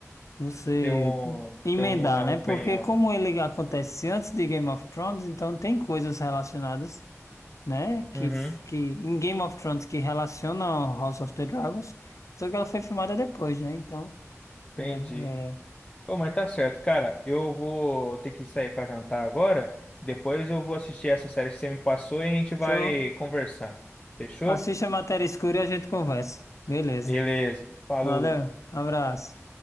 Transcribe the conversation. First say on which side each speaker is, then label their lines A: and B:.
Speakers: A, on the left; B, on the left.
A: você
B: Ter um,
A: emendar,
B: ter uma
A: né?
B: opinião.
A: Porque como ele acontece antes de Game of Thrones, então tem coisas relacionadas né? Que,
B: Uhum,
A: que em Game of Thrones que relaciona ao House of the Dragons, só que ela foi filmada depois, né? Então,
B: entendi.
A: é, é,
B: Pô, mas tá certo, cara. Eu vou ter que sair pra jantar agora. Depois eu vou assistir essa série que você me passou e a gente vai
A: show.
B: conversando. Fechou?
A: Assiste a matéria escura e a gente conversa. Beleza.
B: Beleza. Falou.
A: Valeu, abraço.